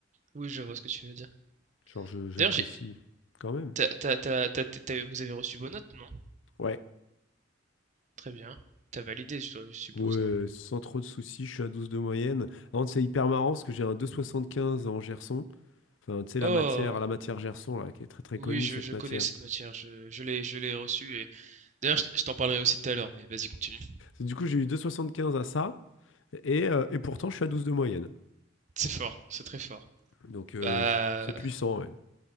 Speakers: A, on the right; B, on the left.
A: Oui, je vois ce que tu veux dire.
B: Genre je- j'apprécie
A: D'ailleurs, j'ai,
B: quand même.
A: t'as- t'as- t'as- t'as- t'as- vous avez reçu vos notes, non?
B: Ouais.
A: Très bien. T'as validé, je dois- je suppose,
B: Ouais,
A: non?
B: sans trop de soucis, je suis à 12 de moyenne. Par contre, c'est hyper marrant parce que j'ai un deux soixante quinze en Gerson. Enfin, tu sais,
A: Oh!
B: la matière, la matière Gerson, là, qui est très très
A: Oui,
B: connue,
A: je,
B: cette
A: je
B: matière.
A: connais cette matière, je, je l'ai, je l'ai reçue et d'ailleurs, je je t'en parlerai aussi tout à l'heure, mais vas-y, continue.
B: Du coup, j'ai eu deux soixante quinze à ça, et, euh, et pourtant, je suis à 12 de moyenne.
A: C'est fort, c'est très fort.
B: Donc, euh,
A: Bah,
B: je- c'est puissant, ouais.